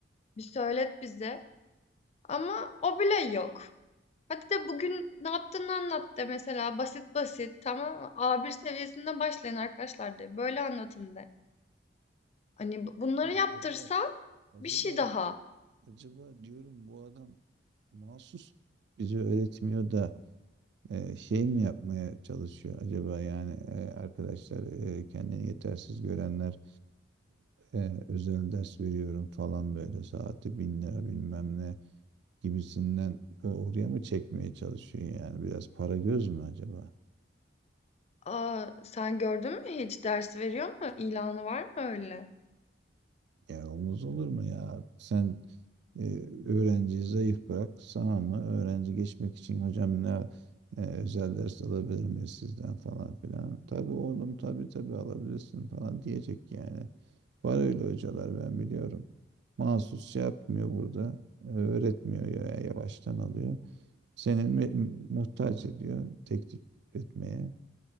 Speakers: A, on the left; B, on the right.
A: Bir söylet bize. Ama o bile yok. Hadi de bugün ne yaptığını anlat de mesela basit basit tamam mı? a bir seviyesinden başlayın arkadaşlar de. Böyle anlatın de. Hani bu- bunları
B: Ya
A: yaptırsa
B: acaba, acaba
A: bir şey daha.
B: acaba diyorum bu adam mahsus bize öğretmiyor da e, şey mi yapmaya çalışıyor acaba yani e, arkadaşlar e, kendini yetersiz görenler e, özel ders veriyorum falan böyle saati bin lira bilmem ne gibisinden o- oraya mı çekmeye çalışıyor yani biraz para göz mü acaba?
A: Aa, sen gördün mü hiç ders veriyor mu? İlanı var mı öyle?
B: Ya olmaz olur mu ya? Sen e, öğrenciyi zayıf bırak. Sana mı? Öğrenci geçmek için hocam ne e, özel ders alabilir miyiz sizden falan filan. Tabii oğlum tabii tabii alabilirsin falan diyecek yani. Var öyle hocalar ben biliyorum. Mahsus şey yapmıyor burada. e, Öğretmiyor ya yavaştan alıyor. Seni me- muhtaç ediyor teklif etmeye.